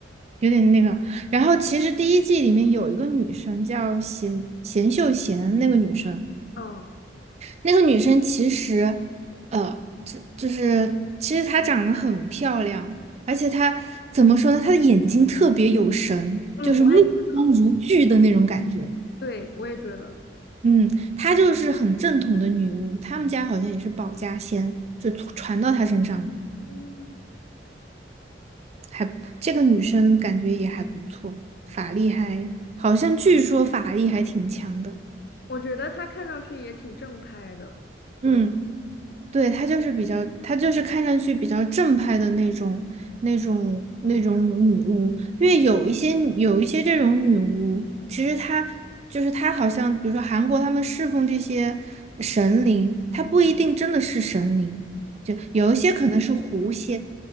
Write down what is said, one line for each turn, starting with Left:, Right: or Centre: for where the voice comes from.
Right: 有点那个。然后其实第一季里面有一个女生叫贤贤秀贤，那个女生。
Left: 嗯
Right: 那个女生其实，呃，就就是其实她长得很漂亮，而且她怎么说呢？她的眼睛特别有神，
Left: 嗯，
Right: 就是目光如炬的那种感觉。
Left: 我也觉得，对，我也觉得，
Right: 嗯，她就是很正统的女巫，她们家好像也是保家仙，就传传到她身上的
Left: 嗯，
Right: 还这个女生感觉也还不错，法力还好像据说法力还挺强的。
Left: 我觉得他看上去也挺正派的，不得不，
Right: 嗯，对，她就是比较，她就是看上去比较正派的那种、那种、那种女巫。因为有一些有一些这种女巫，其实她就是她，好像比如说韩国他们侍奉这些神灵，她不一定真的是神灵，就有一些可能是狐仙，